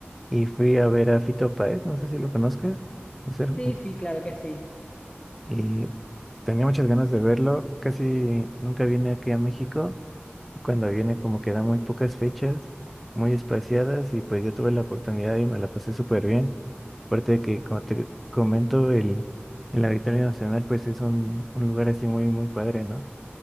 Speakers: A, in the centre; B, on the left.
A: Y fui a ver a Fito Páez, no sé si lo conozcas. es el-
B: Sí, sí, claro que sí.
A: Y tenía muchas ganas de verlo. Casi nunca viene aquí a México. Cuando viene como que da muy pocas fechas, muy espaciadas y pues yo tuve la oportunidad y me la pasé súper bien. Aparte de que, como te comento, el, el Auditorio Nacional pues es un, un lugar así muy, muy padre, ¿no?